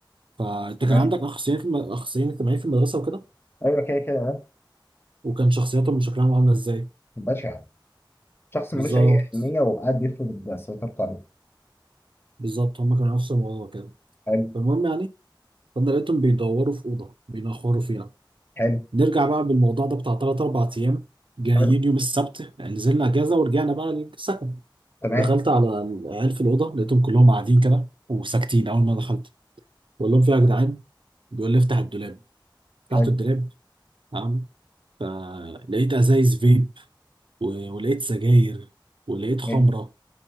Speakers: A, on the right; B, on the left.
A: فانت
B: تمام
A: كان عندك اخصائيين في الم- اخصائيين اجتماعيين في المدرسه وكده
B: أيوه كده كده بقى.
A: وكان شخصياتهم وشكلهم عامله ازاي
B: بشع شخص
A: بالظبط
B: ملوش أي أهمية وقاعد بيفرض سيطرته عليه
A: بالظبط هم كانوا نفس الموضوع كده
B: حلو
A: فالمهم يعني فانا لقيتهم بيدوروا في اوضه بينخروا فيها
B: حلو
A: نرجع بقى بالموضوع ده بتاع ثلاث اربع ايام جايين
B: حلو
A: يوم السبت يعني نزلنا اجازه ورجعنا بقى السكن
B: تمام
A: دخلت على العيال في الاوضه لقيتهم كلهم قاعدين كده وساكتين اول ما دخلت بقول لهم في إيه يا جدعان بيقول لي افتح الدولاب فتحت
B: حلو
A: الدولاب تمام فلقيت ازايز فيب و- ولقيت سجاير ولقيت خمره
B: إيه